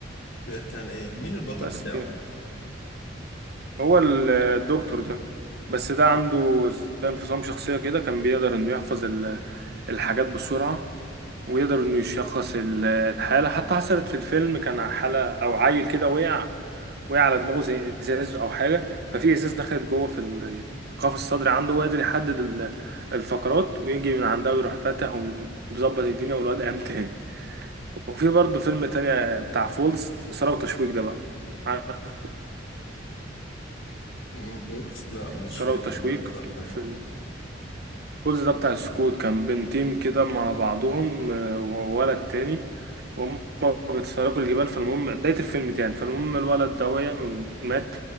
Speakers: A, on the left; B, on the right.
A: بيحكي عن ايه مين البطل
B: بس
A: بتاعه
B: كده هو ال- الدكتور ده بس ده عنده زي انفصام شخصية كده كان بيقدر إنه يحفظ ال- الحاجات بسرعة ويقدر انه يشخص ال- الحالة حتى حصلت في الفيلم كان حالة او عيل كده وقع وقع على دماغه زي ازاز او حاجة ففي ازاز دخلت جوه في ال- القفص الصدري عنده وقدر يحدد ال- الفقرات ويجي من عندها ويروح فاتح وم- ومظبط الدنيا والواد قام تاني وفي برضه فيلم تاني بتاع فولز إثارة وتشويق ده بقى عارف
A: م- كويس؟ لا مش
B: إثارة
A: فاكر
B: وتشويق
A: ان انا اتفرجت عليه
B: في فولز ده بتاع السكوت كان بنتين كده مع بعضهم آه، وولد تاني وهم بيتسلقوا الجبال فالمهم بداية الفيلم يعني فالمهم الولد ده وقع، م- مات